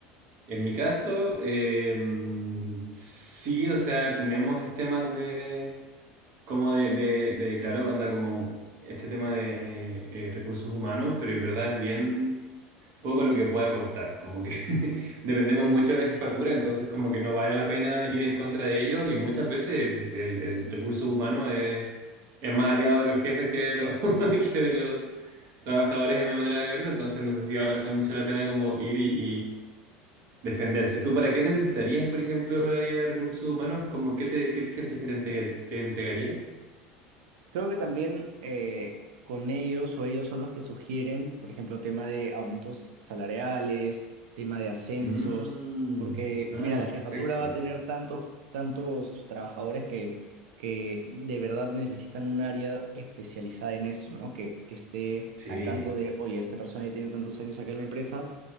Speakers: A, on the right; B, on the right.
A: En mi caso, eh, mm, sí, o sea, tenemos temas de, como de, de, de, claro, onda como este tema de eh, recursos humanos, pero en verdad es bien poco lo que puede aportar, como que <laughs> dependemos mucho de la jefatura, entonces como que no vale la pena ir en contra de ellos y muchas veces el, el, el recurso humano es, es más aliado de los jefes que de los, <laughs> que de los trabajadores, de mi manera de verlo, entonces no sé si valga mucho la pena como ir y y- defenderse. ¿Tú para qué necesitarías, por ejemplo, el área de recursos humanos? ¿Cómo qué te, qué te sientes que te, entregar- te entregaría?
B: Creo que también eh, con ellos o ellos son los que sugieren, por ejemplo, tema de aumentos salariales, tema de ascensos,
A: Mm,
B: porque
A: ah,
B: mira, la
A: perfecto.
B: jefatura va a tener tantos, tantos trabajadores que, que de verdad necesitan un área especializada en eso, ¿no? Que, que esté
A: Sí.
B: al tanto de, oye, esta persona ya tiene tantos años acá en la empresa